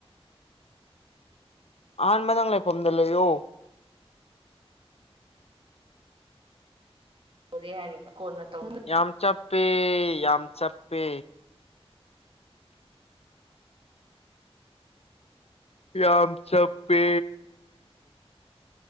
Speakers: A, on the left; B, on the right.
A: ꯑꯍꯥꯟꯕ ꯅꯪ ꯂꯩꯐꯝꯗ ꯂꯩꯌꫭ
B: ꯇꯣꯔꯦ ꯍꯥꯏꯔꯒ ꯀꯣꯟꯅ ꯇꯧ
A: ꯌꯥꯝ ꯆꯞꯄꯦ ꯌꯥꯝ ꯆꯞꯄꯦ ꯌꯥꯝ ꯆꯞꯄꯦ